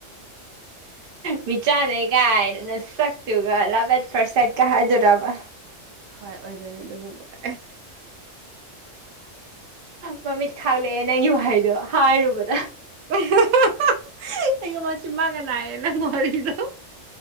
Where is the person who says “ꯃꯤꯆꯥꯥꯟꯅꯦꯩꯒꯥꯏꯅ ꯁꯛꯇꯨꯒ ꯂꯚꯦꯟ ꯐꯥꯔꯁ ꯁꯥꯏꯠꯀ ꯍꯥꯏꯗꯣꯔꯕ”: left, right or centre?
Right